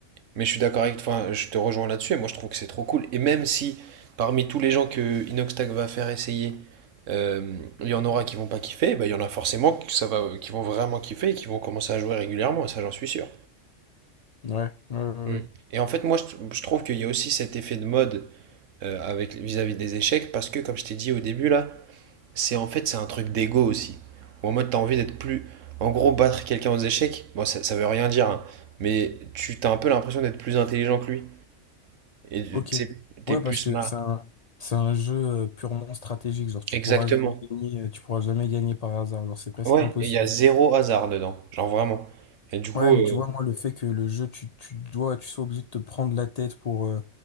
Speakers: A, on the right; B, on the left.
A: mais je suis d'accord avec, enfin, je te rejoins là-dessus. Et moi je trouve que c'est trop cool. Et même si parmi tous les gens que Inoxtag va faire essayer, euh, il y en aura qui vont pas kiffer, bah, il y en a forcément que ça va, qui vont vraiment kiffer et qui vont commencer à jouer régulièrement. Et ça j'en suis sûr.
B: ouais ouais ouais
A: Mm.
B: ouais.
A: Et en fait moi je, je trouve qu'il y a aussi cet effet de mode euh, avec vis-à-vis des échecs parce que comme je t'ai dit au début là. C'est en fait, c'est un truc d'ego aussi. Ou en mode, t'as envie d'être plus. En gros, battre quelqu'un aux échecs, bon, ça, ça veut rien dire, hein, mais tu t'as un peu l'impression d'être plus intelligent que lui. Et tu-
B: ok
A: t'sais, t'es
B: ouais
A: plus
B: parce
A: smart.
B: que c'est un c'est un jeu euh, purement stratégique genre tu
A: Exactement.
B: pourras jamais gagner euh, tu pourras jamais gagner par hasard genre c'est presque
A: Ouais,
B: impossible
A: et il y a zéro hasard dedans. Genre vraiment. Et du coup.
B: Ouais, mais
A: euh,
B: tu vois, moi, le fait que le jeu, tu, tu dois, tu sois obligé de te prendre la tête pour, euh,